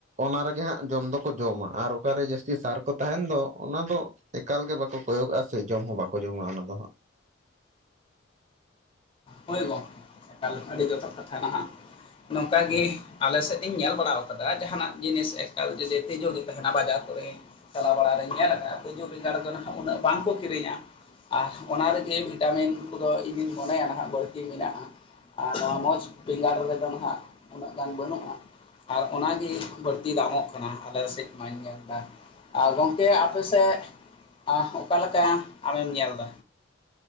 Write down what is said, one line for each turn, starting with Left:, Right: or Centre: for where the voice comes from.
Right: ᱚᱱᱟ ᱨᱮᱜᱮ ᱦᱟᱸᱜ ᱡᱚᱢ ᱫᱚᱠᱚ ᱡᱚᱢᱟ ᱟᱨ ᱚᱠᱟᱨᱮ ᱡᱟᱹᱥᱛᱤ ᱥᱟᱨ ᱠᱚ ᱛᱟᱦᱮᱱ ᱫᱚ ᱚᱱᱟ ᱫᱚ ᱮᱠᱟᱞᱜᱮ ᱵᱟᱠᱚ ᱠᱚᱭᱚᱜ ᱟᱜᱟ ᱥᱮ ᱡᱚᱢ ᱦᱚᱸ ᱵᱟᱠᱚ ᱡᱚᱢᱟ ᱚᱱᱟ ᱫᱚ ᱦᱟᱸᱜ᱾
Left: ᱦᱳᱭ ᱜᱚᱝᱠᱮ ᱮᱠᱟᱞ ᱟᱹᱰᱤ ᱡᱚᱛᱚ ᱠᱟᱛᱷᱟ ᱱᱟᱦᱟᱸᱜ ᱱᱚᱝᱠᱟ ᱜᱮ ᱟᱞᱮ ᱥᱮᱫ ᱤᱧ ᱧᱮᱞ ᱵᱟᱲᱟ ᱟᱠᱟᱫᱟ ᱡᱟᱦᱟᱱᱟᱜ ᱡᱤᱱᱤᱥ ᱮᱠᱟᱞ ᱡᱫᱤ ᱛᱤᱡᱩ ᱜᱮ ᱛᱟᱦᱮᱱᱟ ᱵᱟᱡᱟᱨ ᱠᱚᱨᱮ ᱪᱟᱞᱟᱣ ᱵᱟᱲᱟᱨᱤᱧ ᱧᱮᱞ ᱟᱠᱟᱫᱼᱟ ᱛᱤᱡᱩ ᱵᱮᱸᱟᱲᱫᱚ ᱱᱟᱦᱟᱸᱜ ᱩᱱᱟᱹᱜ ᱵᱟᱝᱠᱚ ᱠᱤᱨᱤᱧᱟ᱾ ᱟᱨ ᱚᱱᱟ ᱨᱮᱜᱮ ᱵᱷᱤᱴᱟᱢᱤᱱ ᱠᱚᱫᱚ ᱤᱧᱤᱧ ᱢᱚᱱᱮᱭᱟ ᱱᱟᱦᱟᱸᱜ ᱵᱟᱹᱲᱛᱤ ᱢᱮᱱᱟᱜᱼᱟ᱾ ᱟᱨ ᱱᱚᱣᱟ ᱢᱚᱡᱽ ᱵᱮᱸᱜᱟᱲ ᱨᱮᱫᱚ ᱱᱟᱦᱟᱸᱜ ᱩᱱᱟᱹᱜ ᱜᱟᱱ ᱵᱟᱹᱱᱩᱜᱼᱟ᱾ ᱟᱨ ᱚᱱᱟᱜᱮ ᱵᱟᱹᱲᱛᱤ ᱫᱟᱢᱚᱜ ᱠᱟᱱᱟ ᱟᱞᱮ ᱥᱮᱫ ᱢᱟᱧ ᱧᱮᱞ ᱮᱫᱟ ᱾ ᱟᱨ ᱜᱚᱝᱠᱮ ᱟᱯᱮ ᱥᱮᱫ ᱚᱠᱟ ᱞᱮᱠᱟ ᱟᱢᱮᱢ ᱧᱮᱞ ᱮᱫᱟ?